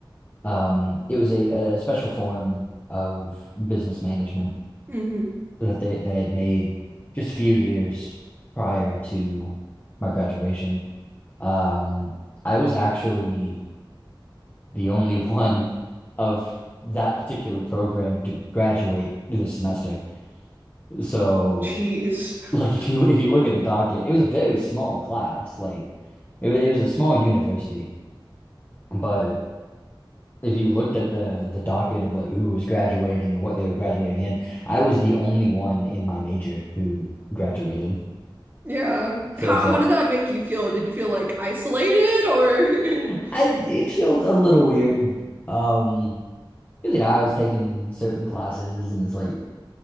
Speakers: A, on the left (about 25°); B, on the right (about 25°).
A: Um, it was a, a special form of business management
B: Mm-hmm.
A: that they they had made just a few years prior to my graduation. Um, I was actually the only <laughs> one of that particular program to graduate this semester. So
B: Jeez.
A: like if you if you look at the docket, it was a very small class. Like it was, it was a small university, but if you looked at the the docket of like who was graduating and what they were graduating in, I was the only one in my major who graduated.
B: Yeah.
A: So
B: How
A: it's
B: how
A: like
B: did that make you feel? Did you feel like isolated or
A: <laughs>
B: <laughs>
A: I it felt a little weird. Um, 'cause, you know, I was taking certain classes and it's like